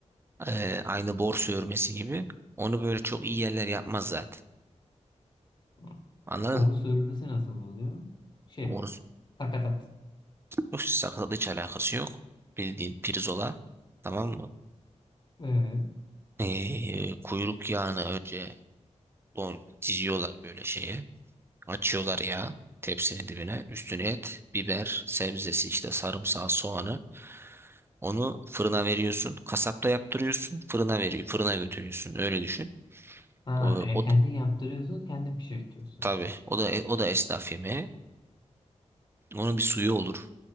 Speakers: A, on the right; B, on the left.
A: Ee, aynı borsa örmesi gibi. Onu böyle çok iyi yerler yapmaz zaten.
B: Hı.
A: Anladın
B: Bor sörmesi nasıl oluyor? Şey
A: mı?
B: o. Sakatat.
A: Borsa sakatlık hiç alakası yok. Bildiğin pirzola. Tamam mı?
B: Ee,
A: Ee, kuyruk yağını önce don diziyorlar böyle şeye. Açıyorlar yağı tepsinin dibine. Üstüne et, biber, sebzesi işte sarımsağı, soğanı. Onu fırına veriyorsun. Kasapta yaptırıyorsun. Fırına veriyor. Fırına götürüyorsun. Öyle düşün.
B: ha,
A: O,
B: e,
A: o
B: kendin
A: da,
B: yaptırıyorsun, kendin pişirtiyorsun.
A: tabii o da o da esnaf yemeği. Onun bir suyu olur.